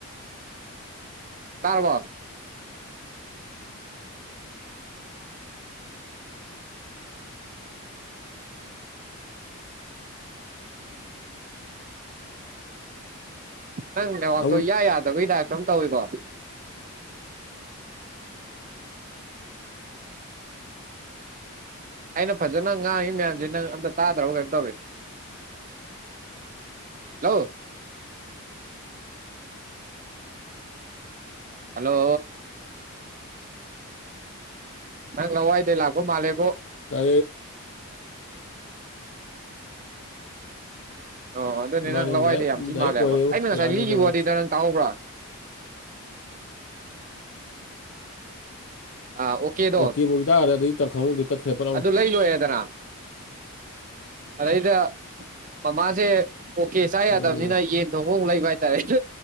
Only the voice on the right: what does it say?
ꯇꯔꯕꯜ ꯅꯪ ꯅꯦꯋꯥꯛꯇꯣ
ꯏ ꯌꯥꯗꯕꯒꯤ ꯗꯥꯏꯞꯇꯝ ꯇꯧꯏꯤꯀꯣ ꯑꯩꯅ ꯐꯖꯅ ꯉꯥꯡꯉꯤ ꯃꯌꯥꯝꯁꯦ ꯅꯪ ꯑꯝꯇ ꯇꯥꯗ꯭ꯔꯕ ꯀꯩꯅꯣ ꯇꯧꯔꯤ ꯍꯜꯂꯣ ꯍꯜꯂꯣ ꯅꯪ ꯂꯋꯥꯏꯗꯩ ꯂꯥꯛꯄ ꯃꯥꯜꯂꯦꯕꯣ
ꯑꯣ ꯑꯗꯨꯅꯦ
ꯅꯪ ꯂꯋꯥꯏꯗ
ꯌꯥꯝ ꯁꯤ
ꯃꯥꯜꯂꯦꯕ
ꯑꯩꯅ ꯉꯁꯥꯏ
ꯂꯤꯈꯤꯕ
ꯋꯥꯗ ꯅꯪ ꯇꯥꯍꯧꯕ꯭ꯔꯥ ꯑꯥ ꯑꯣꯀꯦꯗꯣ
ꯑꯗꯨ ꯂꯩ ꯂꯣꯏꯔꯦꯗꯅ ꯑꯗꯩꯗ ꯃꯃꯥꯁꯦ ꯑꯣꯀꯦ ꯆꯥ ꯌꯥꯗꯕꯅꯤꯅ
ꯌꯦꯟ ꯊꯣꯡ ꯍꯣꯡ ꯂꯩꯕ ꯍꯥꯏꯇꯥꯔꯦ